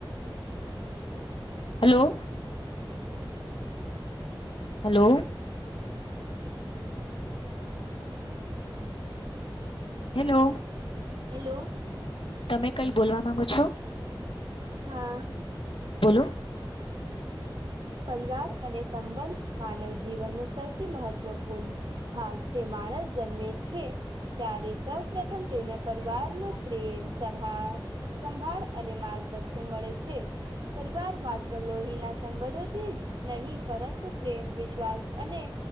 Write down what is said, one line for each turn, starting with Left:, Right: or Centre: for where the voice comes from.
Left: Hello. Hello. Hello.
Right: Hello.
Left: તમે કઈ બોલવા માંગો છો.
Right: હા.
Left: બોલો.
Right: પરિવાર અને સંબંધ માનવ જીવનનો સૌથી મહત્વપૂર્ણ. ભાગ છે માણસ જન્મે છે. ત્યારે સૌ પ્રથમ તેને પરિવારનુ પ્રેમ સભા સંભાળ અને માર્ગદર્શન મળે છે પરિવાર માત્ર લોહીના સંબંધો જ નહીં પરંતુ પ્રેમ, વિશ્વાસ અને